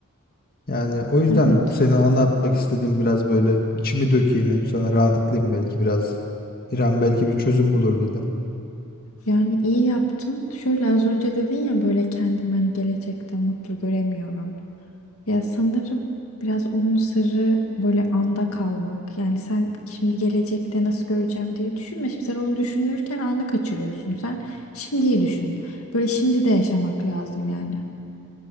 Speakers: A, on the left; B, on the left.
A: Yani o yüzden
B: Evet.
A: seni anlatmak istedim biraz böyle. içimi dökeyim hem sana rahatlayayım belki biraz. İrem belki bir çözüm bulur dedim.
B: Yani iyi yaptın. Şöyle az önce dedin ya böyle kendimi hani gelecekte mutlu göremiyorum. Ya sanırım biraz onun sırrı böyle anda kalmak. Yani sen şimdi gelecekte nasıl göreceğim diye düşünme. Şimdi sen onu düşünürken anı kaçırıyorsun. Sen şimdiyi düşün. Böyle şimdi de yaşamak lazım yani.